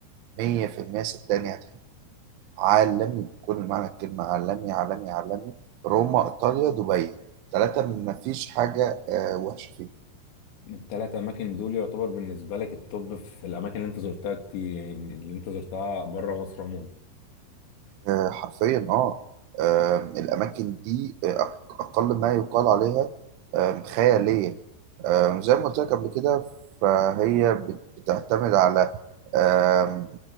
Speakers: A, on the right (about 80°); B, on the left (about 70°).
A: مية في المية صدقني هتحب عالمي بكل معنى الكلمة عالمي عالمي عالمي روما إيطاليا دبي ثلاثة مفيش حاجة آه، وحشة فيهم
B: الثلاث اماكن دول يعتبر بالنسبه لك التوب في الاماكن اللي انت زرتها كتير يعني اللي انت زرتها بره مصر عموما
A: آه، حرفيا اه آم، الاماكن دي آه، اقل ما يقال عليها آم، خياليه آم، زي ما قلت لك قبل كده فهي بت- بتعتمد على آم،